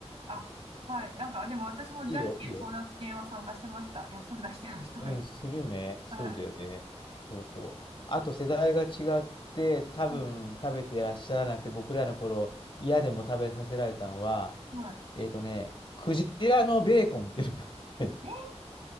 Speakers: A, on the right (about 60°); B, on the left (about 50°).
A: あ、はい。なんか、でも私もじゃんけん争奪戦は参加してました。
B: いいよ、いいよ。
A: 休んだ人が人がいたけど。
B: うん、するよね。そうだよね。
A: はい。
B: そうそう。あと世代が違って、多分食べていらっしゃらなくて、
A: うん
B: 僕らの頃、嫌でも食べさせられたのは、
A: は
B: えっとね、クジラのベーコンっていうのがあって、
A: い。えー、